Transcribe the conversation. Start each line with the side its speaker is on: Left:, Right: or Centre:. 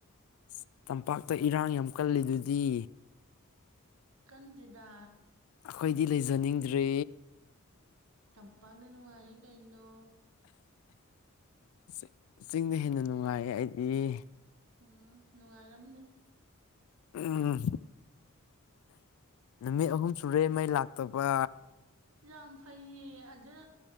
Left: ꯏꯁ ꯇꯝꯄꯥꯛꯇ ꯏꯔꯥꯡ ꯌꯥꯝ ꯀꯜꯂꯤꯗꯨꯗꯤ
Right: ꯀꯟꯗꯦꯗ
Left: ꯑꯈꯣꯏꯗꯤ ꯂꯩꯖꯅꯤꯡꯗ꯭ꯔꯦ
Right: ꯇꯝꯄꯥꯛꯅ ꯅꯨꯡꯉꯥꯏꯌꯦ ꯀꯩꯅꯣ
Left: ꯆ ꯆꯤꯡꯅ ꯍꯦꯟꯅ ꯅꯨꯡꯉꯥꯏꯌꯦ ꯑꯩꯗꯤ
Right: ꯎꯝ ꯅꯨꯡꯉꯥꯏꯔꯝꯃꯅꯤ
Left: ꯑ ꯅꯨꯃꯤꯠ ꯑꯍꯨꯝ ꯁꯨꯔꯦ ꯃꯩ ꯂꯥꯛꯇꯕ
Right: ꯌꯥꯝ ꯐꯩꯌꯦ ꯑꯗꯨꯗ